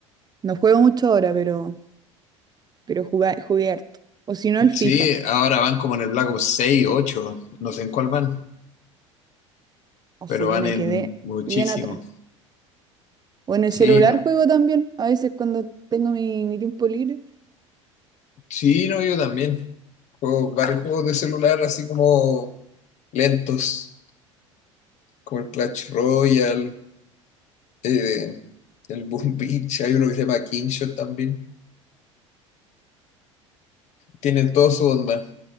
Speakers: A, on the right (about 25°); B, on the left (about 45°).
A: No juego mucho ahora, pero... pero jugué, jugué harto. O si no, el
B: Sí,
A: FIFA.
B: ahora van como en el Black Ops 6, 8, no sé en cuál van,
A: O
B: pero
A: sea, yo
B: van
A: me
B: en
A: quedé
B: muchísimo.
A: bien atrás. O en el
B: Sí,
A: celular
B: no,
A: juego también, a veces cuando tengo mi, mi tiempo libre.
B: sí, no, yo también. Juego varios juegos de celular así como lentos, como el Clash Royale, eh, el Boom Beach, hay uno que se llama Kingshot también. Tienen toda su onda.